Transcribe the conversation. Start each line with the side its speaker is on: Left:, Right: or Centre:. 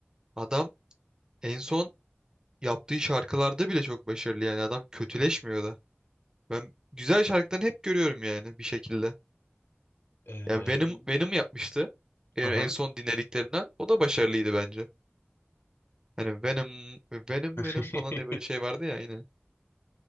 Right: Adam en son yaptığı şarkılarda bile çok başarılı yani adam kötüleşmiyor da. Ben güzel şarkılarını hep görüyorum yani bir şekilde.
Left: Ee,
Right: Ya Venom Venom yapmıştı. En
Left: Aha.
Right: en son dinlediklerinden o da başarılıydı bence. Hani Venom Venom
Left: <laughs>
Right: Venom falan diye böyle şey vardı ya yine.